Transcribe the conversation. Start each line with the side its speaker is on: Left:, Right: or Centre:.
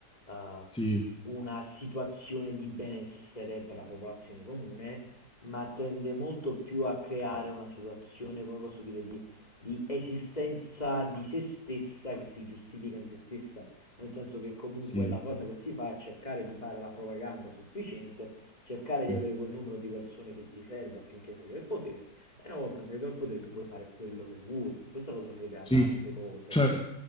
Left: eh,
Centre: sì,
Left: una situazione di benessere per la popolazione comune, ma tende molto più a creare una situazione, come posso dire, di, di esistenza di se stessa che si giustifica in se stessa, nel senso che comunque
Centre: sì.
Left: la cosa che si fa è cercare di fare la propaganda sufficiente, cercare di
Centre: sì.
Left: avere quel numero di persone che ti serve affinché salga al potere, e una volta salito al potere tu puoi fare quello che vuoi. Questa cosa si vede da
Centre: Sì,
Left: tante cose.
Centre: cioè,